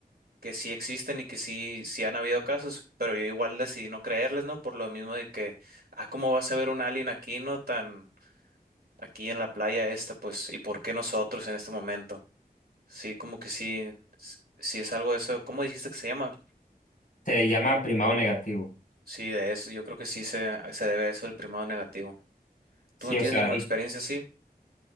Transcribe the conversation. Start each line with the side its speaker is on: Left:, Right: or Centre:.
Right: que sí existen y que sí, sí han habido casos, pero yo igual decidí no creerles, ¿no? Por lo mismo de que, ah, ¿cómo vas a ver un alien aquí, no? Tan aquí en la playa esta, pues, ¿y por qué nosotros en este momento? Sí, como que sí, s- sí es algo de eso. ¿Cómo dijiste que se llama?
Left: Se llama primado negativo.
Right: Sí, de eso, yo creo que sí se, se debe a eso el primado negativo.
Left: Sí,
Right: ¿Tú no tienes
Left: o sea,
Right: ninguna
Left: y,
Right: experiencia así?